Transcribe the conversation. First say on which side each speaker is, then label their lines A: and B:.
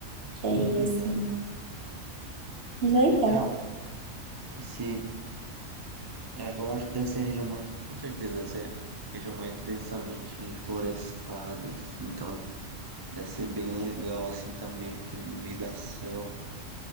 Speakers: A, on the right (about 50°); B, on the right (about 25°).
A: quer ir
B: Pois
A: assim.
B: é.
A: Mas legal.
B: É porque, ah, esse, é, eu acho que deve ser a região mais, com certeza, deve ser a região mais densamente florestada, assim, então deve ser bem legal, assim, tá meio que no meio da selva.